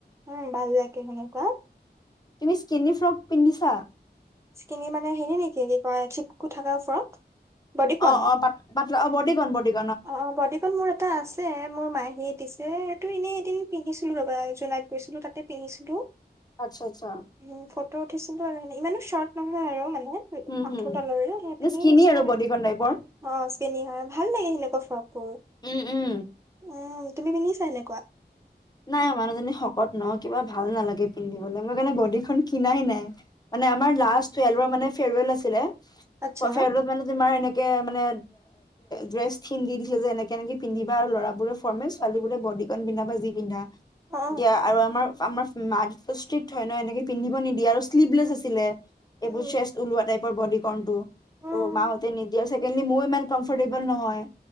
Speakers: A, on the right; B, on the left.
A: উম ভাল লাগে সেনেকুৱা
B: তুমি স্কিনী ফ্ৰক পিন্ধিছা?
A: স্কিনি মানে হেৰি নেকি কি কয় চিপকু থাকে ফ্ৰক বডিকন
B: অ', অ', প পাত পাতলা', অ বদীকন বদীকন
A: অ বডিকন মোৰ এটা আছে মোৰ মাহীয়ে দিছে এইটো এনে এদিন পিন্ধিছিলো ৰবা জোনাইত গৈছিলো তাতে পিন্ধিছিলো।
B: আচ্ছা আচ্ছা
A: উম ফটো উঠিছলো আৰু ইমানো শৰ্ট নহয় আৰু মানে
B: হুম
A: আঠুৰ
B: হুম
A: তলৰে সেই
B: নে
A: পিন্ধি
B: স্কিনি
A: আহিছো
B: আৰু বডিকন টাইপৰ?
A: অ চিনি হয় ভাল লাগে সেনে
B: উম উম
A: উম তুমি পিন্ধিছা এনেকুৱা
B: নাই মানুহজনী শকত ন কিবা ভাল নালাগে পিন্ধিবলে মই মানে বডিখন খিনাই নাই। মানে আমাৰ লাষ্ট টুৱেলভৰ মানে ফেৱাৰ ৱেল আছিলে
A: আচ্ছা
B: ফেৱাৰ ৱেল মানে তোমাৰ এনেকে মানে ড্ৰেছ খিন্ধি দিছিলে যে এনেকে এনেকে পিন্ধিবা আৰু ল'ৰাবোৰে ফৰমেল ছোৱালীবোৰে বডিকন পিন্ধা বা যি পিন্ধা
A: অ
B: এতিয়া আৰু আমাৰ আমাৰ মা ষ্ট্ৰিক্ট হয় ন এনেকে পিন্ধিব নিদিয়ে আৰু শ্লিভলেছ আছিলে
A: অ
B: এইবোৰ
A: উম
B: চেচ ওলোৱা টাইপৰ বডি কৰ্ণটো
A: উম,
B: ত' মোৰ মাহতে নিদিয়ে। ছেকেণ্ডলি মোৰ ইমান কমফৰটেবল নহয়